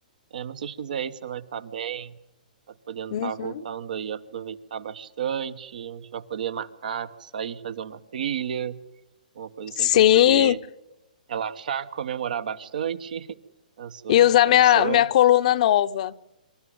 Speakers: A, on the right; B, on the left.
A: É, mas se você fizer você vai estar bem, vai podendo
B: Uhum.
A: estar voltando aí, aproveitar bastante, a gente vai poder marcar, sair, fazer uma trilha, uma coisa assim
B: Sim,
A: para poder relaxar, comemorar bastante <laughs> a sua
B: e
A: recuperação.
B: usar minha, minha coluna nova.